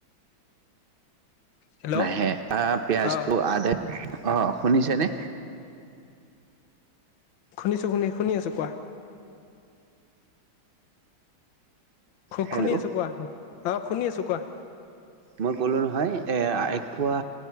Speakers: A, on the left (about 70°); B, on the right (about 80°).
A: হেল্ল'
B: নাহে অ পিয়াজটো
A: আহ
B: আধা অ শুনিছেনে
A: শুনিছো শুনি শুনি আছো কোৱা খু
B: হেল্ল'
A: খু শুনি
B: অ
A: আছো কোৱা অ শুনি আছো কোৱা
B: মই ক'লো নহয় এ এক পোৱা